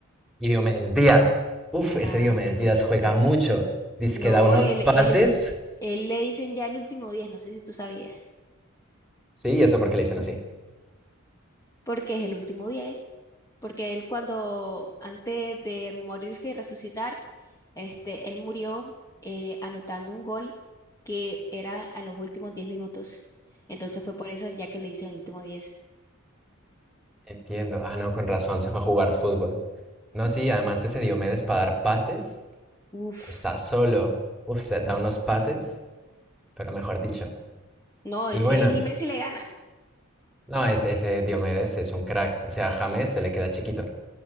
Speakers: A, in the centre; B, on the left.
A: y Diomedes Díaz. Uf, ese
B: Ah,
A: Diomedes
B: sí,
A: Díaz
B: sí,
A: juega
B: sí.
A: mucho. Dice
B: No,
A: que da unos
B: él,
A: pases.
B: él, él le dicen ya el último diez no sé si tú sabías,
A: Sí, ¿y eso porque le dicen así.
B: porque es el último 10 porque él cuando, antes de morirse y resucitar, este, él murió eh, anotando un gol que era a los últimos 10 minutos. Entonces fue por eso ya que le hice el último diez
A: Entiendo. Ah, no, con razón, se fue a jugar fútbol. No, sí, además ese Diomedes para dar pases
B: Uf,
A: está solo. Uf, se- da unos pases, pero mejor dicho.
B: no, ese
A: Y bueno,
B: ni Messi le gana.
A: no, ese, ese Diomedes es un crack. O sea, a James se le queda chiquito.